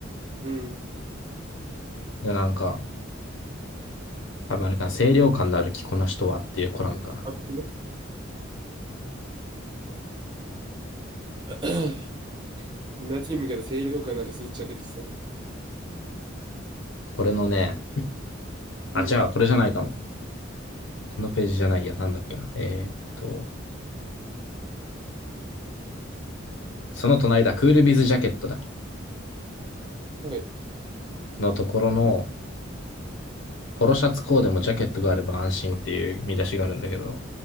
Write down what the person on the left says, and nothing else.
で、なんか、多分あれかな、清涼感のある着こなしとはっていうコラムかな。
これのね、あ、
じゃあこれじゃないかも。このページじゃないや、なんだっけな。えーっと、その隣だ、クールビズジャケットだ。
のところの、ポロシャツコーデもジャケットがあれば安心っていう見出しがあるんだけど、